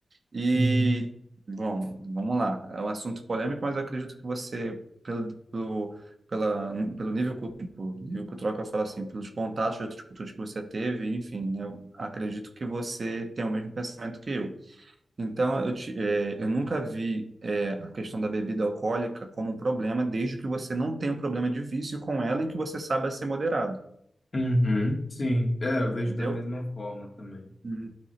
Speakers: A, on the right; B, on the left.
A: E,
B: Uhum.
A: bom, vamos lá. É um assunto polêmico, mas eu acredito que você, pelo, pelo, pela, pelo nível, cul- tipo, nível cultural que eu falo assim, pelos contatos de outras culturas que você teve, enfim, eu acredito que você tem o mesmo pensamento que eu. Então, eu, te- eh, eu nunca vi eh, a questão da bebida alcoólica como um problema, desde que você não tenha um problema de vício com ela e que você saiba ser moderado,
B: Uhum, Sim, é, eu
A: entendeu?
B: vejo da mesma forma também.
A: Uhum.